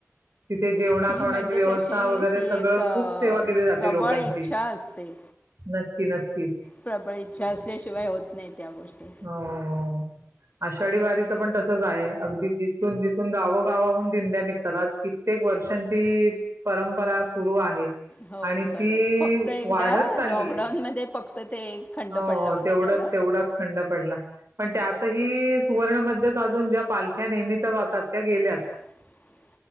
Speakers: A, on the right (about 60°); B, on the left (about 30°).
A: तिथे जेवणा
B: ती
A: खावण्याची
B: म्हणजे
A: व्यवस्था
B: कशी
A: वगैरे
B: ती
A: सगळं
B: एक अ,
A: खूप सेवा केली जाते
B: प्रबळ
A: लोकांची.
B: इच्छा असते
A: नक्की नक्कीच.
B: प्रबळ इच्छा असल्याशिवाय होत नाही त्या गोष्टी.
A: हो आषाढी वारीचं पण तसंच आहे अगदी जिथून-जिथून गावागावाहून दिधंड्या निघतात आज कित्येक वर्षांची परंपरा सुरु आहे.
B: हो
A: आणि ती
B: खरच फक्त एकदा
A: वाढत चालली
B: लॉकडाऊन
A: आहे
B: मध्ये फक्त ते एक खंड
A: हो
B: पडला
A: हो,
B: होता
A: तेवढाच-तेवढाच
B: त्याला
A: थंड पडला. पण त्यातही सुवर्ण मध्य साधून ज्या पालख्या नेहमीच्या जातात त्या गेल्या.
B: <inaudible>